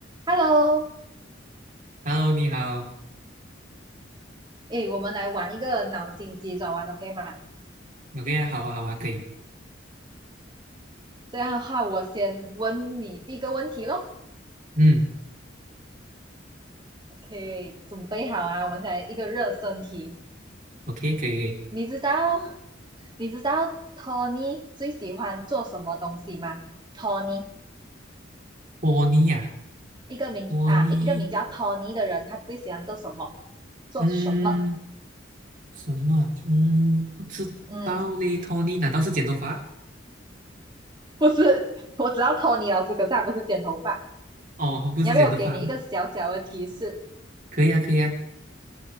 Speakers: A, on the right; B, on the right.
A: Hello，
B: Hello，你好。
A: 诶，我们来玩一个脑筋急转弯，OK 吗？
B: OK 啊，好啊，好啊，可以。
A: 这样的话，我先问你第一个问题咯。
B: 嗯
A: OK，准备好啊？我们先来一个热身题。
B: ，OK，可以，可以。
A: 你知道，你知道 Tony 最喜欢做什么东西吗？Tony，
B: 托尼呀、
A: 一个名啊，
B: 托尼，
A: 一个名叫 Tony 的人，他最喜欢做什么？做什么？
B: 嗯，什么啊？嗯，不知道嘞。
A: 嗯，
B: 托尼难道是剪头发？
A: 不是，<laughs> 我知道 Tony 老师，可是他不是剪头发。
B: 哦，不是剪头发，
A: 你要不要我给你一个小小的提示？
B: 可以啊，可以啊。